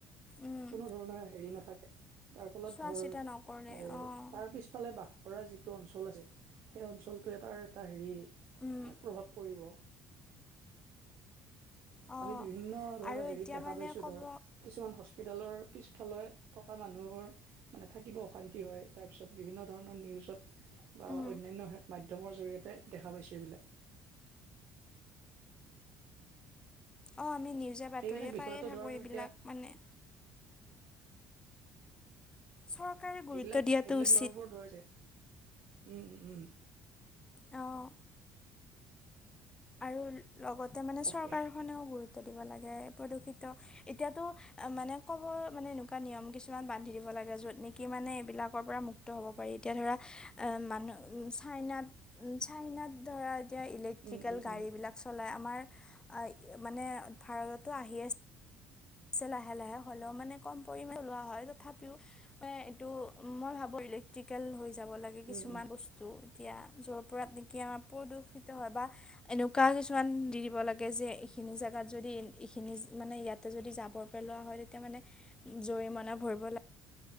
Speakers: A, on the left (about 15°); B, on the right (about 55°).
A: উম
B: কোনো ধৰণৰ হেৰি নাথাকে তাৰ ফলত
A: চোৱা
B: ধৰ
A: চিতা নকৰে
B: এৰ
A: অঁ
B: তাৰ পিছ ইফালে বাস কৰা যিটো অঞ্চল আছে, সেই অঞ্চলটোৱে এটাৰ এটা হেৰি
A: উম।
B: প্ৰভাৱ পৰিব।
A: অঁ
B: আমি বিভিন্ন ধৰ
A: আৰু
B: হেৰিত
A: এতিয়া
B: দেখা
A: মানে
B: পাইছোঁ
A: ক'ব
B: ধৰ। কিছুমান হস্পিটেলৰ পিছফালে থকা মানুহবোৰ মানে থাকিব অশান্তি হয়। তাৰপিছত বিভিন্ন ধৰণৰ নিউজত বা
A: উম
B: অন্যান্য মাধ্যমৰ জৰিয়তে দেখা পাইছোঁ এইবিলাক।
A: অ আমি নিউজে বাতৰিয়ে
B: এইবিলাক বিষয়তো
A: পায়ে থাকোঁ
B: ধৰ
A: এইবিলাক
B: এতিয়া
A: মানে চৰকাৰে গুৰুত্ব
B: এইবিলাক
A: দিয়াটো
B: এইবিলাক
A: উচিত
B: <unintelligible> উম উম উম।
A: অঁ আৰু লগতে মানে
B: তাকে
A: চৰকাৰখনেও গুৰুত্ব দিব লাগে প্ৰদূষিত এতিয়াতো মানে ক'ব মানে এনেকুৱা নিয়ম কিছুমান বান্ধি দিব লাগে য'ত নেকি মানে এইবিলাকৰ পৰা মুক্ত মুক্ত হ'ব পাৰি। এতিয়া ধৰা এ‌ মানুহ চাইনাত চাইনাত ধৰা এতিয়া ইলেক
B: উম
A: লোকেল
B: উম
A: গাড়ী
B: উম
A: বিলাক চলে। আমাৰ আ মানে ভাৰতটো আহি আছে ছে লাহে লাহে হ'লেও মানে কম পৰিমানে চলোৱা হয় তথাপিওঁ এইটো মই ভাবোঁ ইলেক্ট্ৰিকেল হৈ যাব লাগে কিছুমান
B: উম উম
A: বস্তু। এতিয়া য'ৰ পৰা নেকি আমাৰ প্ৰদূষিত হয় বা এনেকুৱা কিছুমান দি দিব লাগে যে এইখিনি জেগাত যদি এইখিনি মানে ইয়াত যদি জাঁবৰ পেলোৱা হয় তেতিয়া মানে জৰিমনা ভৰিব লা